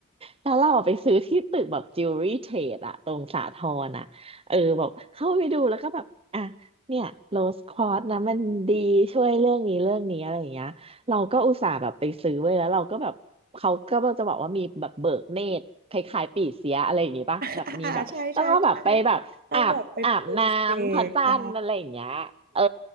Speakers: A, on the right; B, on the right.
A: แล้วเราอะไปซื้อที่ตึกแบบจิวเวลรี่เทรดอะตรงสาทรอะเออแบบเข้าไปดูแล้วก็แบบอ่ะเนี่ยโรสควอตนะมันดีช่วยเรื่องนี้เรื่องนี้อะไรอย่างเงี้ยเราก็อุตส่าห์แบบไปซื้อไว้แล้วเราก็แบบเขาก็จะบอกว่ามีแบบเบิกเนตรคล้ายๆปีเสียอะไรอย่างงี้ปะแบบมีแบบต้องเอาแบบไปแบบอาบอาบน้ำพระจันทร์อะไรอย่างเงี้ยเออ
B: อ่าอ่าใช่ใช่ใช่ต้องบอกไปปลุกเสกอ่า